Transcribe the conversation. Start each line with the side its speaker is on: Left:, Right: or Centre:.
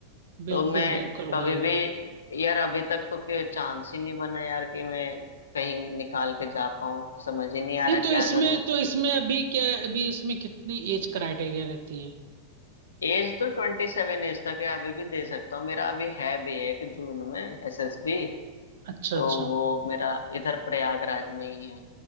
Right: बिल्कुल
Left: तो मैं
Right: बिल्कुल भाई
Left: कभी भी यार अभी तक तो के चांस ही नहीं बना यार कि मैं कहीं निकाल के जा पाऊं समझ ही नहीं आ
Right: नहीं
Left: रहा क्या
Right: तो इसमें
Left: करूं
Right: तो इसमें अभी क्या अभी इसमें कितनी एज क्राइटेरिया रहती है
Left: एज तो ट्वेंटी सेवन एज तक है अभी भी दे सकता हूँ मेरा अभी है भी एक जून में एसएसबी
Right: अच्छा
Left: तो
Right: अच्छा
Left: वो मेरा इधर प्रयागराज में ही है